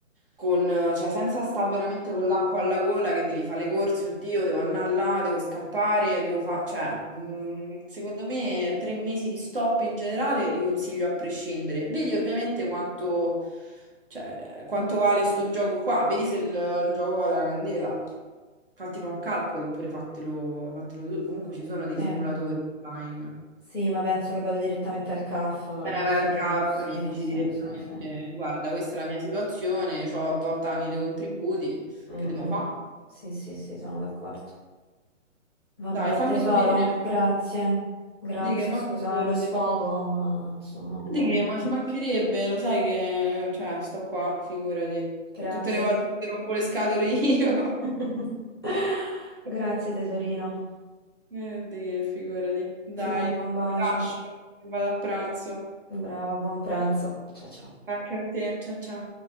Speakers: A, on the right; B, on the left.
A: con, eh, cioè senza stare veramente con l'acqua alla gola che devi fare le corse, oddio, devo andare là, devo scappare, devo fare... Cioè, mh, secondo me tre mesi di stop in generale li consiglio a prescindere. Vedi ovviamente quanto, cioè, quanto vale sto gioco qua, vedi se il, il gioco vale la candela. Fatti fa un calcolo oppure fatelo, fatelo tu. Comunque ci sono dei
B: sì.
A: simulatori online.
B: Sì, ma penso che vado direttamente al CAF a F
A: Eh,
B: a questo
A: vai al CAP,
B: punto, sì,
A: gli dici
B: sì,
A: direttamente,
B: sì, sì.
A: guarda, questa è la mia situazione, ho 8 anni di contributi,
B: Mm,
A: che devo
B: mm.
A: fare?
B: Sì, sì, sì, sono d'accordo. Vabbè,
A: Dai, fammi
B: tesoro,
A: sapere.
B: grazie. Grazie,
A: Di che, ma
B: scusa
A: figurati.
B: lo sfogo, ma insomma un po'.
A: Di che, ma ci mancherebbe, lo sai che, cioè, sto qua, figurati.
B: Grazie.
A: Per tutte le volte che ti rompo le scatole io.
B: <laughs> Grazie,
A: <laughs>
B: tesorino.
A: Eh, di che, figurati. Dai,
B: Ti mando un bacio.
A: ti lascio, vado a pranzo.
B: Brava, buon pranzo. Ciao, ciao.
A: Anche a te, ciao ciao.